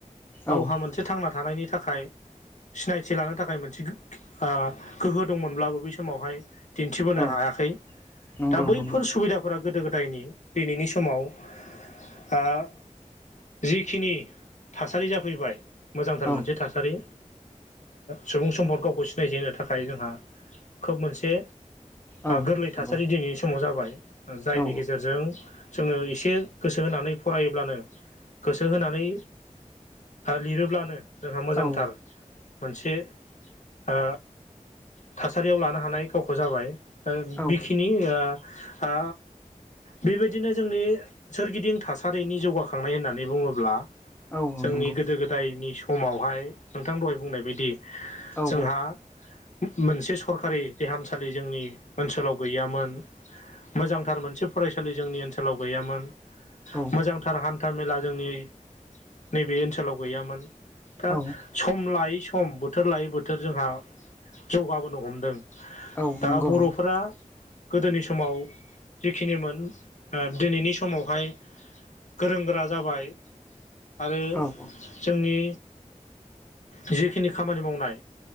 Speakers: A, on the left; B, on the left.
A: गावहा
B: औ
A: मोनसे थांना थानायनि थाखाय सिनायथि लानो थाखाय मोनसे ओ गोहो दंमोनब्लाबो बै समावहाय दिन्थिबोनो
B: औ
A: हायाखै।
B: नंगौ
A: दा बैफोर
B: नंगौ
A: सुबिदाफोरा गोदो-गोदायनि दिनैनि समाव आ जिखिनि थासारि जाफैबाय मोजांथार
B: औ
A: मोनसे थासारि सुबुं सम्पद गावखौ सिनायथि होनो थाखाय जोंहा खोब मोनसे
B: औ
A: गोरलै
B: नंगौ
A: थासारि दिनैनि समाव जाबाय। जायनि
B: औ
A: गेजेरजों जोङो एसे गोसो होनानै फरायोब्लानो गोसो होनानै लिरोब्लानो जोंहा मोजांथार
B: औ
A: मोनसे ओ थासारियाव लानो हानाय गावखौ जाबाय। दा
B: औ
A: बेखिनि आ ओ बेबायदिनो जोंनि सोरगिदिं थासारिनि जौगाखांनाय होननानै बुङोब्ला
B: औ
A: जोंनि
B: नंगौ
A: गोदो- गोदायनि समावहाय नोंथां दहाय बुंनाय बायदि
B: औ
A: जोंहा मोनसे सरकारि देहामसालि जोंनि ओनसोलाव गैयामोन। मोजांथार मोनसे फरायसालि जोंनि ओनसोलाव गैयामोन।
B: औ
A: मोजांथार हान्था मेला जोंनि नैबे ओनसोलाव गैयामोन। दा
B: औ
A: सम लायै सम बोथोर लायै बोथोर जोंहा जौगाबोनो हमदों।
B: औ
A: दा
B: नंगौ
A: बर'फोरा
B: नोंथां
A: गोदोनि समाव जिखिनिमोन ओ दिनैनि समावहाय गोरों गोरा जाबाय आरो
B: औ औ
A: जोंनि जिखिनि खामानि मावनाय